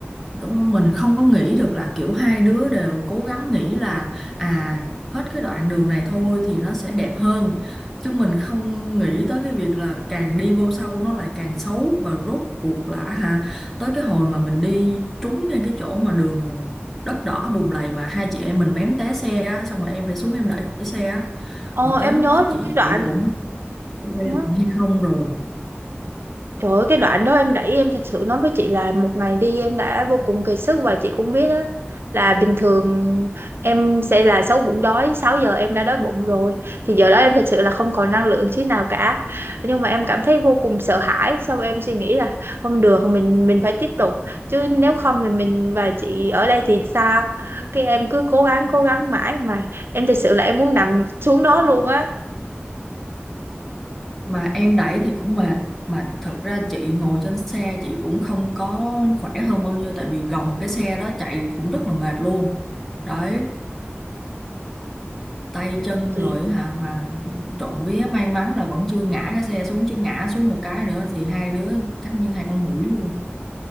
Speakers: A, in the centre; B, on the right (about 60°).
A: tụi mình không có nghĩ được là kiểu hai đứa đều cố gắng nghĩ là à hết cái đoạn đường này thôi thì nó sẽ đẹp hơn chứ mình không nghĩ tới cái việc là càng đi vô sâu nó lại càng xấu và rốt cuộc là hả tới cái hồi mà mình đi trúng ngay cái chỗ mà đường đất đỏ bùn lầy mà hai chị em mình mém té xe á xong rồi em phải xuống em đẩy cái xe á
B: Ồ
A: là
B: em
A: tới lúc
B: nhớ
A: đó
B: luôn
A: chị
B: cái đoạn.
A: kiểu cũng quay
B: Ừ.
A: lại hay không rồi
B: Trời ơi, cái đoạn đó em đẩy em thật sự nói với chị là một ngày đi em đã vô cùng kiệt sức và chị cũng biết đó là bình thường em sẽ là sáu bụng đói 6 giờ em đã đói bụng rồi thì giờ đó em thật sự là không còn năng lượng chút nào cả nhưng mà em cảm thấy vô cùng sợ hãi sau em suy nghĩ là không được mình mình phải tiếp tục chứ nếu không thì mình và chị ở đây thì sao cái em cứ cố gắng cố gắng mãi mà em thật sự là em muốn nằm xuống đó luôn á
A: mà em đẩy thì cũng mệt mà thật ra chị ngồi trên xe chị cũng không có khỏe hơn bao nhiêu tại vì gồng cái xe đó chạy cũng rất là mệt luôn đấy tay chân
B: Chị
A: rồi hả mà trộm vía may mắn là vẫn chưa ngã cái xe xuống chứ ngã xuống một cái nữa thì hai đứa chắc như hai con hủi luôn